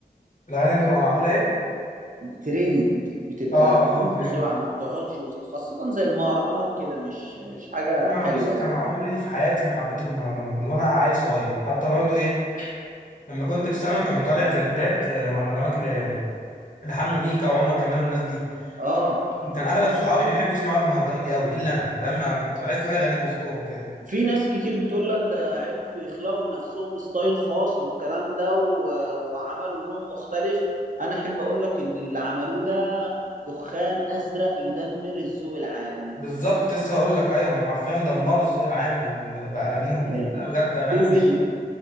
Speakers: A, on the left (about 55°); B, on the right (about 55°).
A: الاغاني اللي بتبقى معموله ايه
B: ترند بتبقى
A: اه
B: بتموت
A: اه فهمت
B: بسرعه ما بتقعدش وز- خاصه زي المهرجانات كده مش مش حاجه
A: ما
B: حلوه
A: بص
B: يعني
A: انا عمري في حياتي ما حبيت المهرجانات من وانا عيل صغير حتى برضو ايه لما كنت في ثانوي كان طالع ترندات آه، مهرجانات ل لحمو بيكا وعمر كمال والناس دي
B: اه
A: كان اغلب صحابي بيحبوا يسمعوا المهرجانات دي قوي الا انا فاهم أنا كنت بحس ان انا غريب وسطهم كده
B: في ناس كتير بتقول لك ده عرفوا يخلقوا لنفسهم ستايل خاص والكلام ده و... وعملوا لون مختلف انا احب اقول لك ان اللي عملوه ده دخان ازرق يدمر الذوق العام
A: بالظبط كنت لسه هقول لك ايوه هم حرفيا دمروا الذوق العام ب- ب- باغانيهم
B: إيه.
A: دي لا بجد اغاني
B: شوف
A: مش
B: ال...